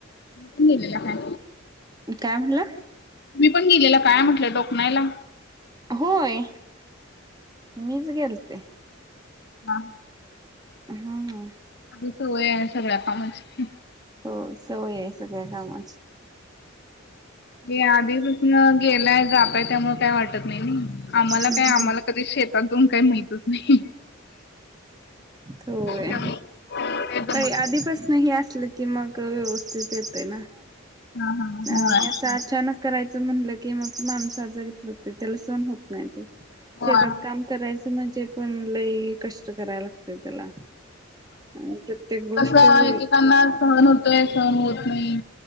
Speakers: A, on the left; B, on the right.
A: पण गेलेला काय.
B: काय म्हणला.
A: तुम्ही पण गेलेला काय म्हटलं डोकणायला.
B: होय मीच गेलते.
A: हा.
B: हा हा.
A: आधी सवय हाय सगळ्या कामची.
B: हो, सवय आहे सगळ्या कामाची.
A: हे आधीपासून गेलाय जातय त्यामुळं काय वाटत नाही आम्हाला
B: हम्म
A: काय आम्हाला कधी शेतात जाऊन काही माहितच नाही.
B: होय
A: त्यामुळे काही जमत
B: प आधीपासन
A: नाही.
B: ह असले की मग व्यवस्थित येते ना.
A: हा हा
B: आणि
A: होय
B: असं अचानक करायचं म्हणलं की मग माणूस आजारी पडतते. त्याला सण होत नाही
A: होय.
B: शेतात काम. करायचं म्हणजे पण लई कष्ट करायला लागते त्याला. आणि प्रत्येक गोष्ट
A: कस एकेकांना
B: वे
A: सहन होतोय सहन होत नाही.